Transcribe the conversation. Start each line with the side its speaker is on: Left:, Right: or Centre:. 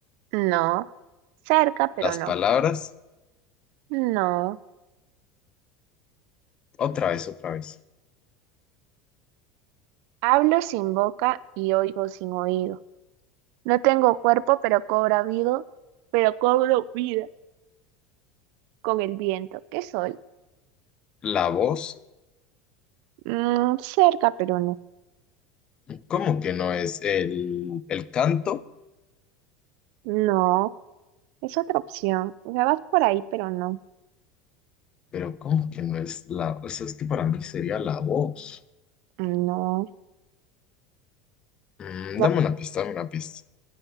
Right: No. Cerca, pero
Left: las
Right: no.
Left: palabras,
Right: No.
Left: otra vez, otra vez.
Right: Hablo sin boca y oigo sin oído. No tengo cuerpo, pero cobro vida, pero cobro vida con el viento. ¿Qué soy?
Left: La voz,
Right: Mm, cerca, pero no.
Left: ¿cómo que no es el, el canto?
Right: No. Es otra opción. O sea, vas por ahí, pero no.
Left: Pero ¿cómo que no es la... O sea, es que para mí sería la voz.
Right: No.
Left: Mm,
Right: La,
Left: dame una pista, dame una pista.